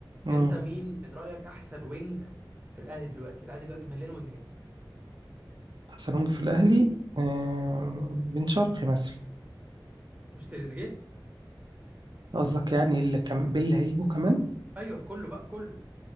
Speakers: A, on the right; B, on the right.
A: امم
B: انت مين من رايك احسن وينج في الاهلي دلوقتي الاهلي دلوقتي مليان وينجات
A: حسنونجي في الاهلي آه، بن شرقي مثلا
B: مش تريزيجيه
A: قصدك يعني اللي كان باللي هيجوا كمان
B: ايوه بكله بقى بكله